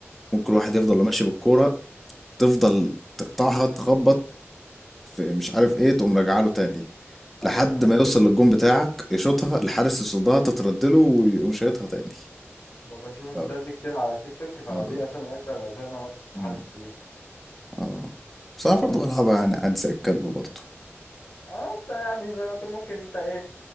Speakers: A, in the centre; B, on the left (about 65°).
A: ممكن
B: اه
A: واحد يفضل ماشي بالكوره تفضل تقطعها تخبط في مش عارف ايه تقوم راجعه له تاني
B: ايوه
A: لحد ما
B: أيوه.
A: يوصل للجون بتاعك يشوطها الحارس يصدها تتردله ويقوم شايطها تاني
B: ما بشوف الفيديوهات
A: اه
B: دي كتير على تيك توك فدي
A: اه
B: اصلا من اكبر الاسباب اللي انا قلت استحاله
A: اه
B: اشتريها
A: اه بس انا
B: آه،
A: برضه
B: الناس مش
A: بلعبها يعني عادي زي الكلب برضه
B: اه انت يعني زي ما تقول ممكن انت ايه